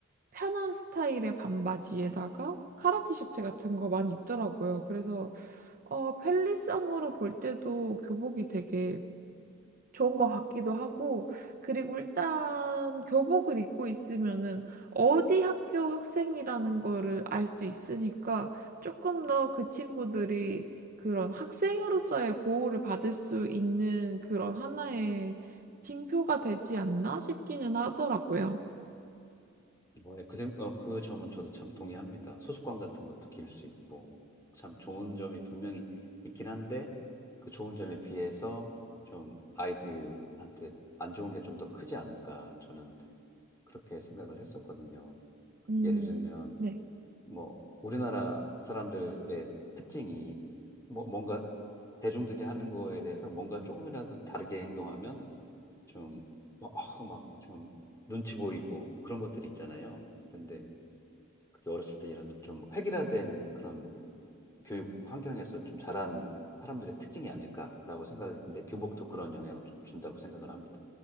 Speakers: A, on the right; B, on the left.
A: 편한 스타일의 반바지에다가 카라 티셔츠 같은 거 많이 입더라고요. 그래서 어 편리성으로 볼 때도 교복이 되게 좋은 것 같기도 하고, 그리고 일단 교복을 입고 있으면은 어디 학교 학생이라는 거를 알 수 있으니까 조금 더 그 친구들이 그런 학생으로서의 보호를 받을 수 있는 그런 하나의 징표가 되지 않나 싶기는 하더라고요.
B: 어, 예, 그, 생- 어, 그 점은 저도 참 동의합니다. 소속감 같은 것도 기를 수 있고, 참 좋은 점이 분명히 있긴 한데, 그 좋은 점에 비해서 좀 아이들한테 안 좋은 게 좀 더 크지 않을까, 저는 그렇게 생각을 했었거든요.
A: 음,
B: 예를 들면,
A: 네.
B: 뭐 우리나라 사람들의 특징이 뭐 뭔가 대중들이 하는 거에 대해서 뭔가 조금이라도 다르게 행동하면 좀 어, 어, 막좀 눈치 보이고 그런 것들이 있잖아요. 그런데 그게 어렸을 때 이런 좀 획일화된 그런 교육 환경에서 좀 자란 사람들의 특징이 아닐까라고 생각했는데 교복도 그런 영향을 좀 준다고 생각을 합니다.